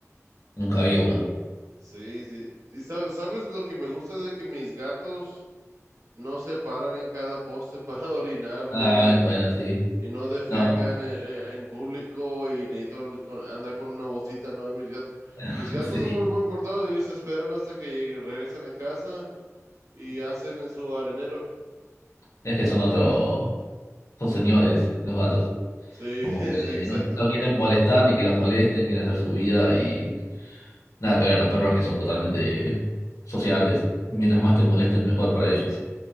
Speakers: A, on the left (about 80°); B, on the right (about 70°).
A: nunca vi uno.
B: Sí, sí. Y sabes, sabes lo que me gusta de que mis gatos no se paran en cada poste para <laughs> orinarlo
A: Ah,
B: y
A: bueno, sí.
B: y no defecan
A: No,
B: eh, eh, en, público y necesito li- con- andar con una bolsita, ¿no? Mis gatos,
A: <laughs>
B: mis gatos
A: sí.
B: son muy buen portados, ellos esperan hasta que lleguen- regresan a casa y hacen en su arenero.
A: Es que son otro. Son señores los gatos.
B: Sí,
A: Como
B: <laughs> sí,
A: que
B: exacto.
A: no, no quieren molestar ni que los molesten, quieren hacer su vida y nada, que ver a los perros que son totalmente sociables. Mientras más te molesten, mejor para ellos.